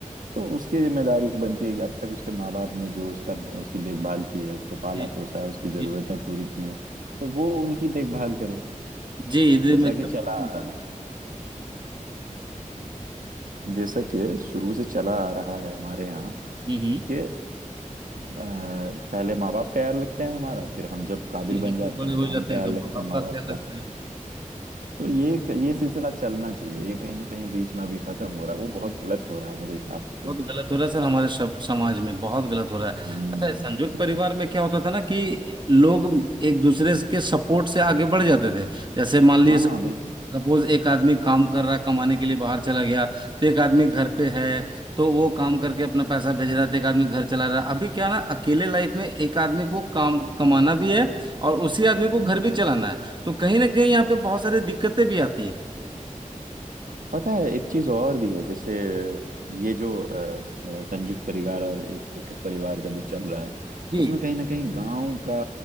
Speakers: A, on the right; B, on the right.
A: तो उसकी जिम्मेदारी बनती है कि अब तक उसके माँ बाप ने जो उसका उसकी देखभाल की है उसको पाला
B: जी
A: पोसा है उसकी जरूरतें
B: जी
A: पूरी की हैं तो वो उनकी देखभाल करे
B: जी जी,
A: जैसा
B: एकदम
A: कि चला
B: हम्म
A: आ रहा है जैसा कि शुरू से चला आ रहा है हमारे यहाँ
B: हम्म।
A: कि अ, पहले माँ बाप का ख्याल रखते हैं हमारा फिर हम जब काबिल
B: फिर हम
A: बन जाते
B: भी बड़े
A: हैं तो
B: हो
A: हम
B: जाते
A: ख्याल
B: हैं तो
A: रखते
B: माँ बाप
A: हैं माँ
B: का ख्याल
A: बाप
B: रखते
A: का
B: हैं
A: तो ये ये सिलसिला चलना चाहिए ये कहीं ना कहीं बीच में अभी खत्म हो रहा है वो बहुत गलत हो रहा है मेरे हिसाब से तो
B: बहुत गलत हो रहा है सर हमारे सब समाज में बहुत गलत हो रहा है
A: हम्म
B: अच्छा इस संयुक्त परिवार में क्या होता था ना कि लोग एक दूसरे के सपोर्ट से आगे बढ़ जाते थे जैसे मान लीजिए
A: हाँ बिल्कुल
B: सपोज एक आदमी काम कर रहा है कमाने के लिए बाहर चला गया तो एक आदमी घर पे है तो वो काम करके अपना पैसा भेज रहा है तो एक आदमी घर चला रहा है अभी क्या ना अकेले लाइफ में एक आदमी को काम कमाना भी है और उसी आदमी को
A: हम्म
B: घर भी
A: हम्म।
B: चलाना है तो कहीं ना कहीं यहाँ पे बहुत सारी दिक्कतें भी आती है
A: पता है एक चीज और भी है जैसे ये जो अ, संयुक्त परिवार और एक एक परिवार का जो चल रहा है
B: जी
A: उसमें कहीं ना कहीं गांव का